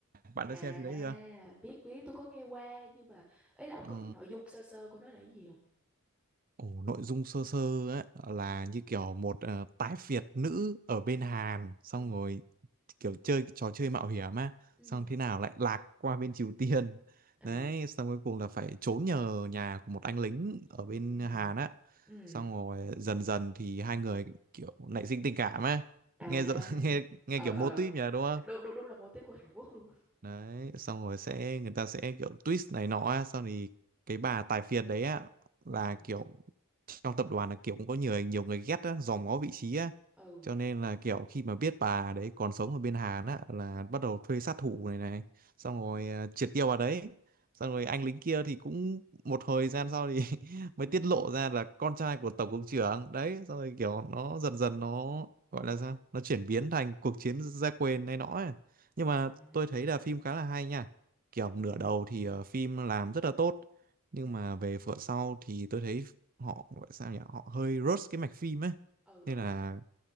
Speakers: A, on the right; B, in the centre.
A: bạn
B: À,
A: đã xem phim đấy chưa
B: biết biết tôi có nghe qua nhưng mà ý là ông
A: Ờ,
B: có biết nội dung sơ sơ của nó là cái gì không?
A: ồ, nội dung sơ sơ ấy, là
B: Ừ.
A: như kiểu một ờ, tái Việt nữ ở bên Hàn xong
B: Ừ.
A: rồi kiểu chơi cái trò chơi mạo hiểm á
B: Ừ.
A: xong thế nào lại lạc qua bên Triều Tiên
B: À.
A: đấy xong cuối cùng là phải trốn nhờ nhà của một anh lính ở
B: Ừ.
A: bên Hàn á
B: Ừ.
A: xong rồi dần dần thì hai người kiểu nảy sinh tình cảm á
B: À.
A: nghe rõ- <laughs> nghe nghe
B: Ờ
A: kiểu mô
B: ờ,
A: típ nhỉ đúng không
B: đúng đúng đúng là mô típ của Hàn Quốc luôn.
A: đấy xong rồi sẽ người ta sẽ kiểu twist này nọ á, xong thì cái bà tài phiệt đấy á là
B: Ừ.
A: kiểu trong tập đoàn là kiểu cũng có nhiều nhiều người ghét á, dòm ngó vị trí á
B: Ừ.
A: cho nên là kiểu khi mà biết bà đấy còn sống ở bên Hàn á là
B: Ừ.
A: bắt
B: Ừ.
A: đầu thuê sát thủ này này
B: Ừ.
A: xong rồi à, triệt tiêu bà đấy xong rồi anh lính kia thì cũng một thời gian sau thì <laughs> mới tiết lộ ra là con trai của tổng cục trưởng đấy xong rồi kiểu nó dần dần nó gọi là sao nó chuyển biến thành cuộc chiến gia quyền này nọ ấy nhưng
B: À.
A: mà tôi thấy là phim khá là hay nha kiểu
B: Ừ.
A: nửa
B: Ừ.
A: đầu thì ờ, phim làm rất là tốt
B: Ừ
A: nhưng mà về phần sau thì tôi thấy họ gọi sao nhỉ họ hơi rush cái mạch phim ấy
B: ừ.
A: nên
B: Ừ.
A: là